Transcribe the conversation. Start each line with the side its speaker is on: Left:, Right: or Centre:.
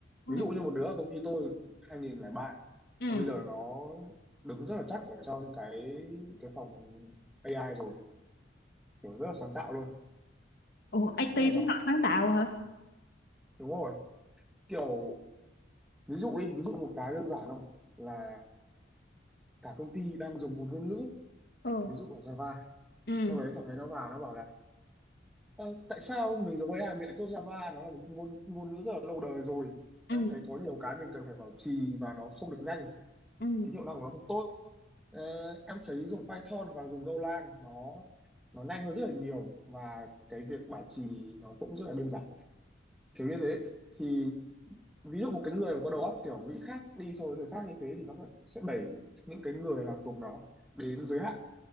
Left: ừ
Centre: ví dụ như một đứa ở công ty tôi 2003
Left: ừ
Centre: và bây giờ nó đứng rất là chắc ở trong cái cái phòng AI rồi kiểu rất là sáng tạo luôn
Left: ủa IT
Centre: rất là
Left: cũng
Centre: giỏi
Left: thật sáng tạo hả
Centre: đúng rồi kiểu ví dụ đi ví dụ một cái đơn giản thôi là cả công ty đang dùng một ngôn ngữ
Left: ừ
Centre: ví dụ là Java
Left: ừ
Centre: sau đấy thằng ấy nó vào nó bảo là "Ơ, tại sao mình dùng AI mình lại code Java nó là một ngôn ngôn ngữ rất là lâu đời rồi em
Left: ừ
Centre: thấy có nhiều cái mình cần phải bảo trì và nó không được nhanh
Left: ừ
Centre: cái hiệu năng của nó không tốt Ờ, em thấy dùng Python và dùng Golang nó nó nhanh hơn rất là nhiều và cái việc bảo trì nó cũng rất là đơn giản kiểu như thế thì ví dụ một cái người mà có đầu óc kiểu nghĩ khác đi so với người khác như thế thì nó sẽ đẩy những cái người làm cùng nó đến giới hạn